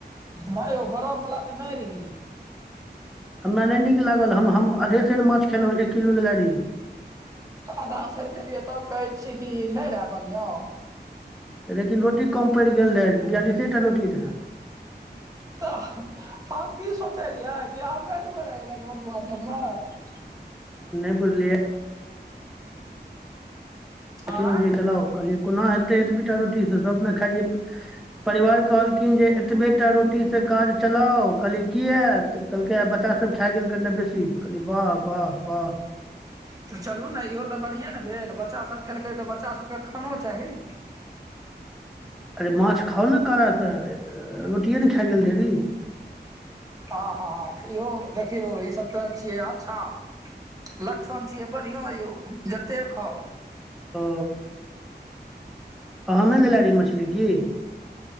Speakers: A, on the right; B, in the centre.
A: भायौ बरफ बला तऽ नै रही।
B: हमरा नै नीक लागल हम हम अधे सेर माछ खेलौ एक किलो लेलए रीह।
A: अधा सेर खेलियै तब कहै छी कऽ नै रहे बढ़ियां।
B: लेकिन रोटी कम पैड़ गेल रहए बियालिसेटा रोटी रहए।
A: तऽ आब की सोचै रिहय की आब नै देबै रहैले घर दुआर सबमाछ।
B: नै बुझलियै। लेकिन
A: आँय
B: जँ चलब कहलियै कोना हेतै एतबीटा रोटी सँ सब नै खाय रिहेतऽ। परिवार कहलखिन जँ एतबेटा रोटी सँ काज चलाउ कहलियै किया तऽ। कहलकै आ बच्चा सब खाए गेल कनिटा बेसी कहलियै बाह! बाह! बाह!
A: तऽ चलू नै इहो तऽ बढ़िएँ नै भेल बच्चा सब खेलकै तऽ बच्चा सबकेँ खानो चाही।
B: अरे माछ खाउ नै कारा सँ रोटिये नहि खाए गेल ढेरी।
A: आहा- हा इहो देखियौ ई सब तऽ छियै अच्छा। लक्षण छियेै बढ़ियां यौ जते खाउ।
B: ओ आहाँ नै लेलेए रिहे मछली की?